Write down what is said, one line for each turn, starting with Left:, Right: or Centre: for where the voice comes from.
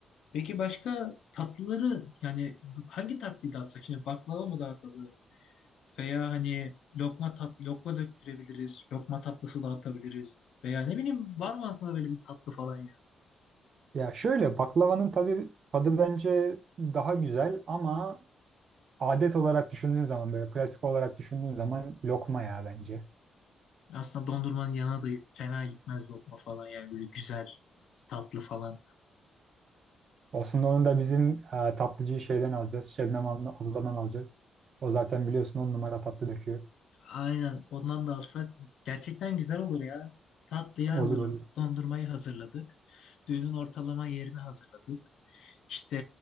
Left: Peki başka tatlıları yani hangi tatlıyı dağıtsak? Şimdi baklava mı dağıtalım? Veya hani lokma tat lokma döktürebiliriz. Lokma tatlısı dağıtabiliriz. Veya ne bileyim var mı aklına böyle bir tatlı falan ya?
Right: Ya şöyle baklavanın tabii tadı bence daha güzel ama adet olarak düşündüğün zaman böyle klasik olarak düşündüğün zaman lokma ya bence.
Left: Aslında dondurmanın yanına da fena gitmez lokma falan yani böyle güzel tatlı falan.
Right: Aslında onu da bizim e, tatlıcıyı şeyden alacağız. Şebnem abla- abladan alacağız. O zaten biliyorsun on numara tatlı döküyor.
Left: Aynen ondan da alsak gerçekten güzel olur ya. Tatlıyı hazırladık,
Right: Olur olur.
Left: dondurmayı hazırladık, düğünün ortalama yerini hazırladık. İşte